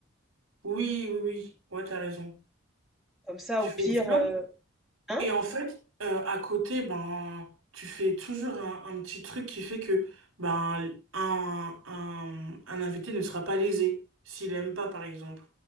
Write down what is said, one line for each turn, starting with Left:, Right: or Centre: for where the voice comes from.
Right: Oui, oui, oui. Ouais, t'as raison.
Centre: Comme ça,
Right: Tu
Centre: au pire,
Right: fais ça?
Centre: euh, hein?
Right: Et en fait, euh, à côté, ben, tu fais toujours un, un petit truc qui fait que ben, un, un, un invité ne sera pas lésé s'il aime pas, par exemple.